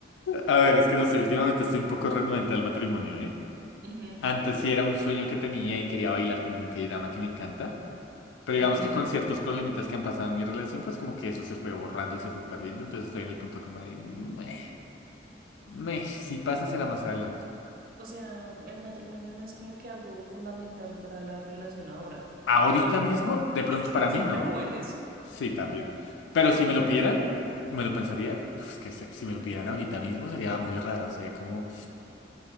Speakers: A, on the left; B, on the right.
A: A ver, es que no sé, últimamente estoy un poco renuente al matrimonio, ¿eh?
B: Ujú,
A: Antes
B: ok.
A: sí era un sueño que tenía y quería bailar como en un K-drama que me encanta. Pero digamos
B: Ujú.
A: que con ciertos problemitas que han pasado en mi relación, pues como que eso se fue borrando y se fue perdiendo. Entonces estoy en el punto como de, "Meh, meh, si pasa será más adelante.
B: O sea, el matrimonio no es como que algo fundamental para la relación ahora.
A: Ahorita
B: Bueno,
A: mismo, de pronto
B: es que
A: para
B: igual
A: mí
B: son
A: no.
B: re jóvenes.
A: Sí, también. Pero si me lo pidieran, me lo pensaría. Uf, que se- si me lo pidieran ahorita mismo sería muy raro. Sería como,